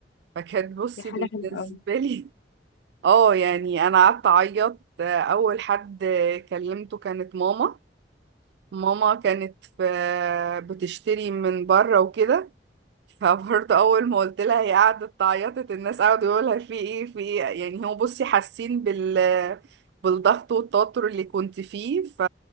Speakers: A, on the right (about 65°); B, on the left (about 80°).
A: فكانت بصي
B: دي حاجه
A: بالنسبة
B: حلوه
A: لي <laughs> اه يعني انا قعدت اعيط آه، اول حد كلمته كانت ماما ماما كانت في بتشتري من بره وكده فبرضه اول ما قلت لها هي قعدت تعيطت الناس قعدوا يقولوا لها في ايه في ايه يعني هو بصي حاسين بال بالضغط والتوتر اللي كنت فيه ف...